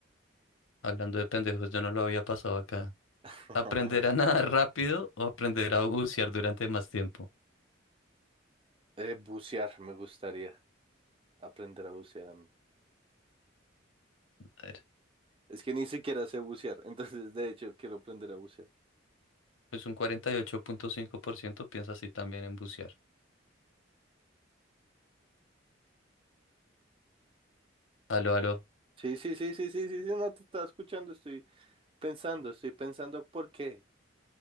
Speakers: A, on the left; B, on the right.
A: hablando de pendejos, yo no lo había pasado acá.
B: <laughs>
A: ¿Aprender a nadar rápido o aprender a bucear durante más tiempo?
B: Eh, bucear, me gustaría aprender a bucear a mí.
A: A ver,
B: Es que ni siquiera sé bucear, <laughs> entonces de hecho quiero aprender a bucear.
A: pues un cuarenta y ocho punto cinco por ciento. piensa así también en bucear. Aló, aló.
B: Sí, sí, sí, sí, sí, sí, sí, no te estaba escuchando, estoy pensando, estoy pensando por qué.